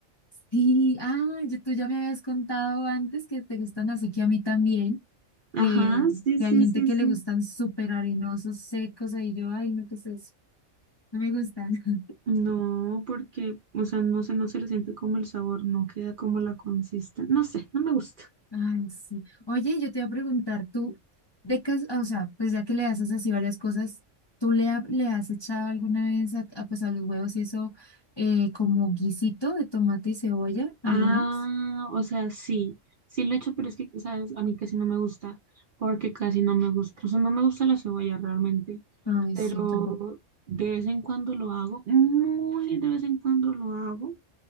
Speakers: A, on the left (about 30°); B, on the right (about 55°).
A: Sí, ah, yo- tú ya me habías contado antes que te gustan así que a mí también.
B: Ajá,
A: que,
B: sí,
A: que
B: sí,
A: hay gente
B: sí,
A: que
B: sí.
A: le gustan súper arenosos, secos, ahí yo, ay, no, ¿qué es eso? No me gustan. <laughs>
B: No, porque, o sea, no sé, no se le siente como el sabor, no queda como la consistencia. No sé, no me gusta.
A: Ay, sí. Oye, yo te iba a preguntar, tú, de cas- ah, o sea, pues ya que le haces así varias cosas, ¿tú le, ha- le has echado alguna vez a, a, pues a los huevos y eso eh, como guisito de tomate y cebolla alguna
B: Ah,
A: vez?
B: o sea, sí, sí lo he hecho, pero es que, ¿sabes? A mí casi no me gusta, porque casi no me gusta, o sea, no me gusta la cebolla realmente,
A: Ay,
B: pero
A: sí, tampoco.
B: de vez en cuando lo hago, muy de vez en cuando lo hago,